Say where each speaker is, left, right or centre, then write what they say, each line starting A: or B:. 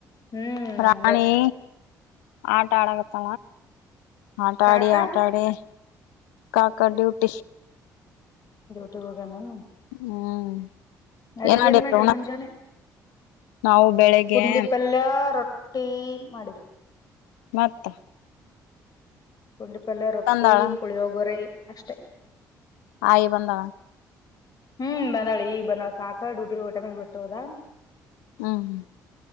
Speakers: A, on the left; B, on the left.
A: ಹ್ಮ್ ನಂದೆ
B: ರಾಣಿ ಆಟ ಆಡಗತ್ತ ಆಟಾ
A: ಕಾಕಾ
B: ಆಡಿ ಆಟಾಡಿ ಕಾಕ ಡ್ಯೂಟಿ
A: ತೆಗೋಗಣನು
B: ಹ್ಮ್
A: ನಡಗ
B: ಮಾಡಿರಿ
A: ಏನ್ ಮಾಡ್ರಿ
B: ಉಣಕ್
A: ಮುಂಜಾನೆ
B: ನಾವು ಬೆಳಿಗ್ಗೆ
A: ಪುಂಡಿಪಲ್ಯ ರೊ ೀ ಮಾಡಿರ್
B: ಮತ್ತ
A: ಕುಂಡಿಪಲ್ಲ ರೊಟ್ಟಿ
B: ಬಂದಾಳ
A: ಪುಳಿಯ ಗೊರಿ ಅಷ್ಟೇ
B: ಆಯ ಬಂದ
A: ಹ್ಮ್ ಬಂದಾಳಿ ಈಗ ಬಂದಳ ಕಾಕಾ ಡೂಟಿಗೆ ಟಮಗ್ ಬಿಟ್ಟವದ
B: ಹ್ಮ್